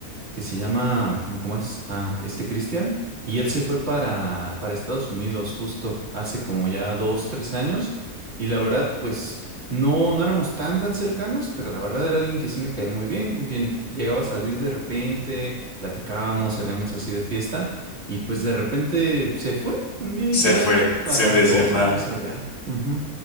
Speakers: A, on the right (about 45°); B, on the left (about 55°).
A: que se llama, ¿cómo, cómo es? Ah, este Cristian, y él se fue para, para Estados Unidos justo hace como ya dos, tres años, y la verdad, pues no, no éramos tan, tan cercanos, pero la verdad era alguien que sí me caía muy bien, con quien llegaba a salir de repente, platicábamos, salíamos así de fiesta, y pues de repente se fue un día
B: se
A: y ya
B: fue
A: lleva
B: sin
A: para
B: decir
A: dos
B: nada.
A: años allá. Ujú.